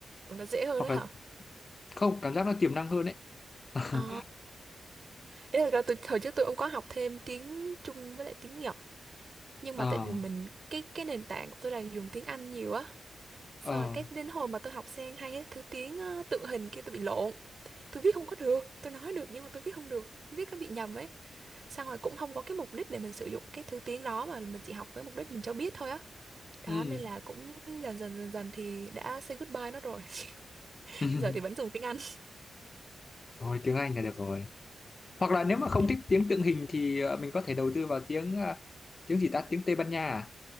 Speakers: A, on the right (about 40°); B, on the left (about 35°).
A: Cũng Nó dễ hơn
B: hoặc
A: đó hả?
B: là không cảm giác nó tiềm năng hơn ấy <laughs>
A: À, thế thật ra tôi hồi trước tôi cũng có học thêm tiếng Trung với lại tiếng Nhật nhưng
B: ờ
A: mà tại vì mình cái cái nền tảng của tôi là dùng tiếng Anh nhiều á xong
B: ờ
A: rồi cái đến hồi mà tôi học sang hai cái thứ tiếng ờ, tượng hình kia tôi bị lộn tôi viết không có được tôi nói được nhưng mà tôi viết không được viết nó bị nhầm ấy xong rồi cũng không có cái mục đích để mình sử dụng cái thứ tiếng đó mà mình chỉ học với mục đích mình cho biết thôi á
B: ừ.
A: đó nên là cũng dần dần dần dần thì đã say goodbye nó rồi <laughs>
B: <laughs>
A: giờ thì vẫn dùng tiếng Anh
B: thôi tiếng Anh là được rồi hoặc là nếu mà không
A: cái
B: thích tiếng tượng hình thì ờ, mình có thể đầu tư vào tiếng ờ, tiếng gì ta tiếng Tây Ban Nha à?